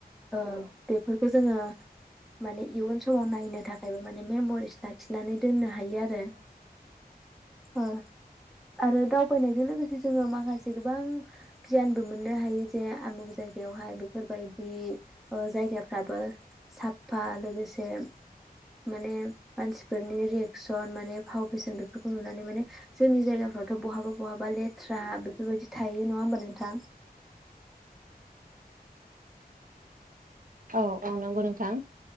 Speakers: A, in the centre; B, on the right.
A: ओ बेफोरखौ जोङो माने इयुन समाव नायनो थाखायबो माने मेम'रिस लाखिनानै दोननो हायो आरो ओ आरो दावबायनायजों लोगोसे जोङो माखासे गोबां गियानबो मोननो हायो जे आमुग जायगायावहाय बेफोरबायदि जायगाफ्राबो साफा लोगोसे माने मानसिफोरनि रि सन माने फावफेसन बेफोरखौ नुनानै माने जोंनि जायगाफोर थ' बहाबा बहाबा लेथ्रा बेफोरबायदि थायो नङा होमबा नोंथां
B: औ औ नंगौ नोंथां